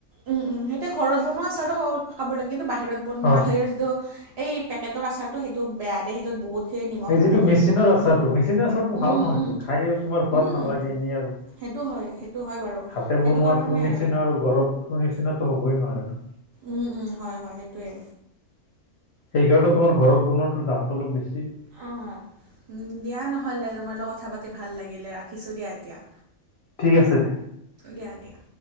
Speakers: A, on the right; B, on the left.
A: উম উম, সেইটোৱে। ঘৰত বনোৱা আচাৰটো খাব, খাব লাগে। কিন্তু বাহিৰত বন,
B: অ
A: মা' বাহেৰৰ যিটো এই পেকেটৰ আচাৰটো সেইটো বেয়া দে। সেইটোত বহুত সেই নিমখ
B: এই যিটো
A: থাকে। ত'
B: মেচিনৰ
A: নিমখটো
B: আচাৰটো
A: মানে,
B: মেচিনৰ আচাৰটো ভাল
A: উম
B: নহয়তো
A: উম,
B: খাই তোমাৰ সোৱাদ
A: উম।
B: নালাগে এনেই আৰু
A: সেইটো হয় সেইটো হয় বাৰু।
B: হাতে
A: সেইটো
B: বনোৱাটোৰ
A: কাৰণে আৰু।
B: নিচিনা আৰু ঘৰত <unintelligible> নিচিননাত' হ'বই নোৱাৰে ন।
A: উম উম, হয় হয়, সেইটোৱেই।
B: সেইকাৰণে তোমাৰ ঘৰত বনোৱাটোৰ দামটো অলপ বেছি।
A: অ'। উম। দিয়া নহ'লে তোমাৰ লগত কথা পাতি ভাল লাগিলে। ৰাখিছোঁ দিয়া এতিয়া।
B: ঠিক আছে দিয়া।
A: দিয়া দিয়া।